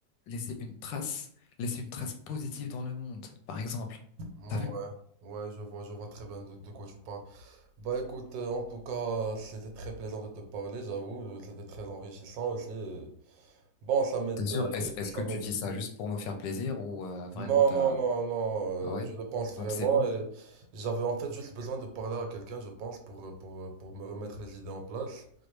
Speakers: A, on the left; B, on the right.
A: laisser une trace, laisser une trace positive dans le monde, par exemple.
B: Ouais,
A: T'as vu?
B: ouais, je vois, je vois très bien de de quoi tu parles. Bah écoute, euh, en tout cas, c'était très plaisant de te parler, j'avoue, c'était très enrichissant aussi. euh. Bon, ça m'aide,
A: T'es sûr?
B: euh,
A: Est-ce, est-ce
B: ça
A: que
B: m'aide.
A: tu dis ça juste pour me faire plaisir ou euh, vraiment
B: Non,
A: t'as...
B: non, non, non,
A: Ah ouais?
B: euh, je le pense vraiment
A: Donc c'est bon?
B: et j'avais en fait juste besoin de parler à quelqu'un, je pense, pour, euh, pour, euh, pour me remettre les idées en place.